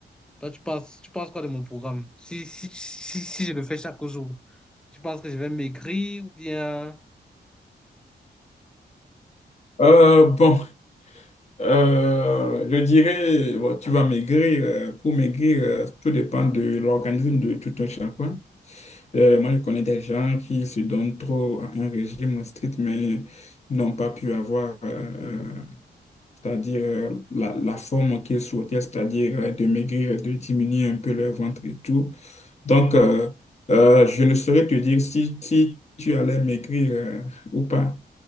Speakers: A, in the centre; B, on the left.
A: Toi, tu penses, tu penses quoi de mon programme? Si, si, si, si je le fais chaque jour, tu penses que je vais maigrir ou bien...
B: Euh, bon, Euh, je dirais, bon, tu vas maigrir. euh, Pour maigrir, euh, tout dépend de l'organisme de tout un chacun. Euh, moi, je connais des gens qui se donnent trop à un régime strict, mais n'ont pas pu avoir, euh, euh, c'est-à-dire euh, la, la forme qu'ils souhaitaient, c'est-à-dire euh, de maigrir, de diminuer un peu leur ventre et tout. Donc, euh, euh, je ne saurais te dire si, si tu allais maigrir euh, ou pas.